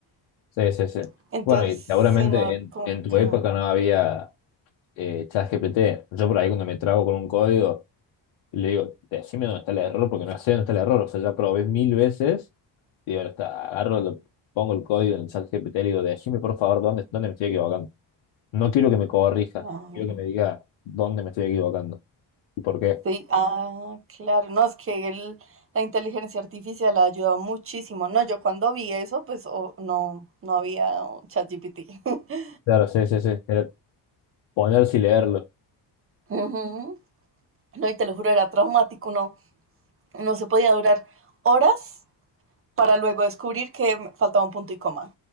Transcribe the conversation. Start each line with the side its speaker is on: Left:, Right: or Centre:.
Left: Sí, sí, sí.
Right: <laughs> Entonces,
Left: Bueno, y
Right: sí,
Left: seguramente
Right: no,
Left: en,
Right: como
Left: en tu
Right: que
Left: época
Right: no.
Left: no había eh, ChatGPT. Yo por ahí cuando me trago con un código, le digo, decime dónde está el error, porque no sé dónde está el error. O sea, ya probé mil veces Digo, ahora está, agarro, lo- pongo el código en el chat GPT y le digo, decime por favor dónde, dónde me estoy equivocando. No quiero que me corrija,
Right: Claro.
Left: quiero que me diga dónde me estoy equivocando y por qué.
Right: Sí, ah, claro. No, es que el- la inteligencia artificial ha ayudado muchísimo. No, yo cuando vi eso, pues o- no, no había ChatGPT. <laughs>
Left: Claro, sí, sí, sí. Era ponerse y leerlo.
Right: Ujú. No, y te lo juro, era traumático, no, no se podía durar horas para luego descubrir que me faltaba un punto y coma